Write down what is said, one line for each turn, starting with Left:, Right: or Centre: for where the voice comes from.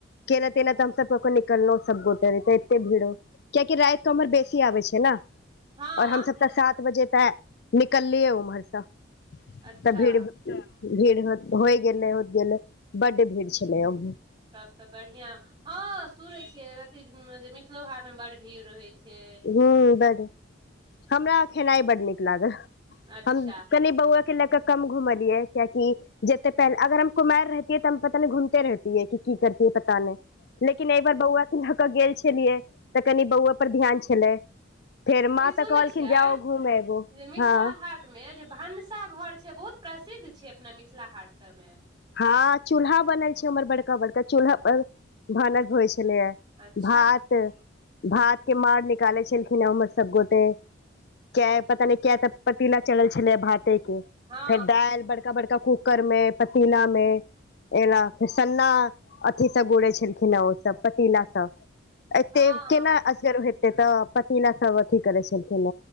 Left: केेना तेना तऽ हमसब अपन निकललौं सभ गोटे नैत एते भीड़ ओ कियाकि राति कऽ उम्हर बेसी आबै छै ने
Right: हँ
Left: और हम सप्ताह सात बजे तऽ निकललियै उम्हरसँ
Right: अच्छा
Left: तऽ भीड़ भीड़ होइ गेलै होइत गेलै बड्ड भीड़ छलै ओ
Right: तब तऽ बढ़िया हँ सुनै छियै अथी जे मिथिलो हाट मे बड्ड भीड़ रहैत छै
Left: हँ बड्ड हमरा खेनाई बड्ड नीक लागल
Right: अच्छा
Left: हम कनि बौआके लए कऽ कम घुमलियै कियाकि जेते पहल अगर हम कुमार रहती तऽ हम पता नहि घूमत रहती है कि की करतीय पता नहि लेकिन एहिबर बौआ के लऽ कऽ गेल छलियै तऽ कनि बौआ पर ध्यान छलै फेर माँ
Right: ई सुनै
Left: तऽ कहलखिन
Right: छियै
Left: जाओ घूम अबो
Right: जे मिथिला
Left: हँ
Right: हाट मे जे भनसा घर छै बहुत प्रसिद्ध छै अपना मिथिला हाट मे
Left: हँ चूल्हा बनल छै उम्हर बड़का बड़का चूल्हा पर भानस होइ छलैये
Right: अच्छा
Left: भात भात के मार निकालै छलखिन हे उम्हर सब गोटे क्य पता न क्य तऽ पतीला चलल छलै भाते के
Right: हँ
Left: फेर दाल बड़का बड़का कुकर मे पतीला मे एल फेर सन्ना अथी सँ गुरै छलखिन हे ओसभ पतीला सब एते
Right: हँ
Left: केना असगर हेतै तऽ पतिना सब अथी करैत छलखिन